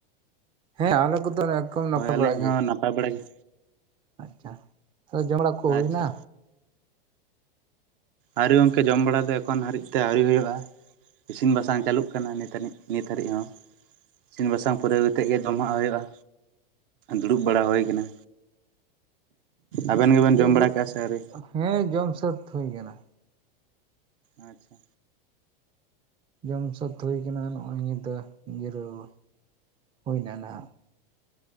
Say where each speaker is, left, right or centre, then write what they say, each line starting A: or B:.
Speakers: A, on the right; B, on the right.
A: ᱦᱮᱸ ᱟᱞᱮ ᱠᱚᱫᱚ ᱮ ᱱᱟᱯᱟᱭ
B: ᱦᱳᱭ ᱟᱹᱞᱤᱧ
A: ᱵᱟᱲᱟ ᱜᱮ
B: ᱦᱚᱸ ᱱᱟᱯᱟᱭ ᱵᱟᱲᱟ ᱜᱮ
A: ᱟᱪᱪᱷᱟ ᱡᱚᱢ ᱵᱟᱲᱟ ᱠᱚ
B: ᱟᱪᱪᱷᱟ
A: ᱦᱩᱭ ᱮᱱᱟ
B: ᱟᱹᱣᱨᱤ ᱜᱚᱝᱠᱮ ᱡᱚᱢ ᱵᱟᱲᱟ ᱫᱚ ᱮᱠᱷᱚᱱ ᱦᱟᱹᱨᱤᱡ ᱛᱮ ᱟᱹᱣᱨᱤ ᱦᱩᱭᱩᱜᱼᱟ ᱤᱥᱤᱱ ᱵᱟᱥᱟᱝ ᱪᱟᱹᱞᱩᱜ ᱦᱩᱭᱩᱜ ᱠᱟᱱᱟ ᱱᱟᱹᱱᱤᱡ ᱱᱤᱛ ᱟᱹᱨᱤᱡ ᱦᱚᱸ ᱤᱥᱤᱱ ᱵᱟᱥᱟᱱ ᱯᱩᱨᱟᱹᱣ ᱠᱟᱛᱮᱫ ᱜᱮ ᱡᱚᱢᱟᱜ ᱦᱩᱭᱩᱜᱼᱟ᱾ ᱫᱩᱲᱩᱵ ᱵᱟᱲᱟ ᱦᱩᱭ ᱟᱠᱟᱱᱟ, ᱟᱵᱮᱱ ᱜᱮᱵᱮᱱ
A: ᱪᱮᱫ
B: ᱡᱚᱢ
A: ᱠᱚ
B: ᱵᱟᱲᱟ ᱠᱟᱜᱼᱟ ᱥᱮ ᱟᱹᱣᱨᱤ?
A: ᱦᱮᱸ ᱡᱚᱢ ᱥᱟᱹᱛ ᱦᱩᱭ ᱟᱠᱟᱱᱟ᱾
B: ᱟᱪᱪᱷᱟ
A: ᱡᱚᱢ ᱥᱟᱹᱛ ᱦᱩᱭ ᱠᱟᱱᱟ ᱱᱚᱜᱼᱚᱭ ᱧᱤᱭᱟᱹ ᱫᱚ ᱡᱤᱨᱟᱹᱣ ᱦᱩᱭ ᱮᱱᱟ ᱱᱟᱦᱟᱜ